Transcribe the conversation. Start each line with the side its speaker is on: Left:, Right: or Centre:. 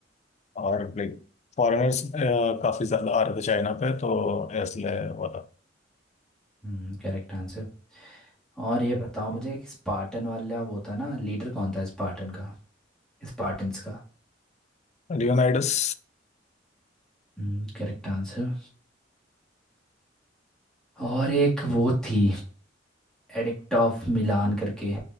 Left: और लाइक फॉरेनर्स काफ़ी ज़्यादा आ रहे थे चाइना पे तो इसलिए हुआ था
Centre: हम्म करेक्ट आंसर और ये बताओ मुझे कि स्पार्टन वाला वो था ना लीडर कौन था स्पार्टन का स्पार्टन्स का
Left: लियोनाइडस
Centre: Hmm correct answer और एक वो थी एडिक्ट ऑफ मिलान करके